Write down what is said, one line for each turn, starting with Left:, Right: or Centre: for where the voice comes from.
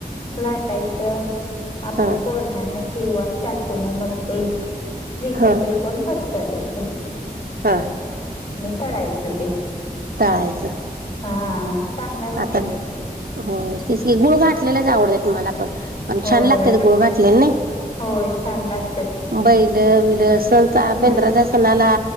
Left: लाटायचं आपलं
Right: हा
Left: कोरण्यानं किंवा चकुन चुकून मग ते त्रिकोण
Right: हा
Left: त्रिकोण कट करायच
Right: हा
Left: आणि ताळायचं ते
Right: तळायचं
Left: हा चांगला होतात
Right: आता हो तेच की गुळ घातलेलाच आवडतात मला पण पण
Left: होय
Right: छान लागत गुळ घातल्याल नाही
Left: होय छान लागतात
Right: बैल बिल सणचा
Left: बैल
Right: बेंद्राच्या सणाला